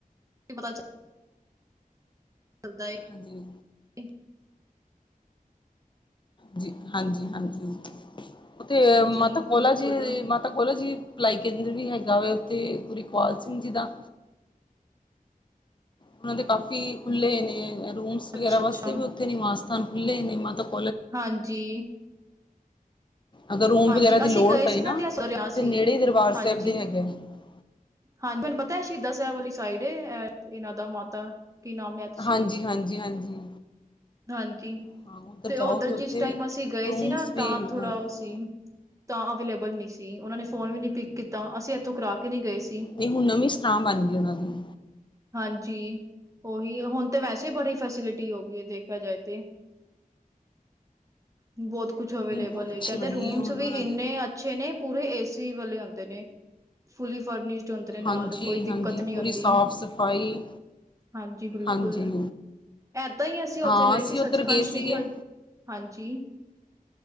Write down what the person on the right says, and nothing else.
ਪਤਾ <unintelligible>
ਹੈ
ਹਾਂਜੀ
ਬਿਲਕੁਲ
ਅੱਛਾ
ਅੱਛਾ
ਹਾਂਜੀ।
ਹਾਂਜੀ
ਅਸੀਂ
ਗਏ
ਸੀ ਨਾ ਤੇ <unintelligible>
ਸੀ
ਹਾਂਜੀ।
ਹਾਂਜੀ ਤੁਹਾਨੂੰ ਪਤਾ ਹੈ ਸ਼ਹੀਦ ਸਾਹਿਬ ਵਾਲੀ ਸਾਈਡ ਇਹਨਾਂ ਦਾ ਮਾਤਾ ਕੀ ਨਾਮ ਲਿਆ ਤੁਸੀਂ
ਹਾਂਜੀ
ਤੇ
ਉੱਧਰ
ਜਿਸ ਟਾਈਮ ਅਸੀਂ ਗਏ
ਸੀ ਨਾ
ਤਾਂ ਥੋੜਾ
ਉਹ ਸੀ। ਤਾਂ ਅਵੇਲੇਬਲ ਨਹੀਂ ਸੀ। ਉਹਨਾਂ ਨੇ ਫ਼ੋਨ ਵੀ ਨਹੀਂ ਪਿਕ ਕੀਤਾ। ਅਸੀਂ ਇੱਥੋਂ ਕਰਾ ਕੇ ਨਹੀਂ ਗਏ ਸੀ।
ਹਾਂਜੀ, ਉਹੀ ਹੁਣ ਤਾਂ ਵੈਸੇ ਬੜੀ ਫੈਸਿਲਿਟੀ ਹੋ ਗਈ ਹੈ ਦੇਖ ਦੇਖਿਆ ਜਾਏ ਤੇ। ਬਹੁਤ ਕੁਛ ਅਵੇਲੇਬਲ
ਐ।
ਕਹਿੰਦੇ
ਰੂਮਸ
ਵੀ
ਇੰਨੇ
ਅੱਛੇ ਨੇ। ਪੂਰੇ ਏਸੀ ਵਾਲੇ ਆਉਂਦੇ ਨੇ। ਫੁੱਲੀ ਫਰਨਿਸ਼ਡ ਹੁੰਦੇ ਨੇ ਨਾਲ।
ਕੋਈ ਦਿੱਕਤ
ਨਹੀਂ
ਆਉਂਦੀ।
ਹਾਂਜੀ ਬਿਲਕੁਲ।
ਏਦਾਂ ਹੀ ਅਸੀਂ ਉੱਥੇ
ਗਏ
ਸੀ ਸੱਚਖੰਡ
ਸ਼੍ਰੀ
ਹ ਹਾਂਜੀ।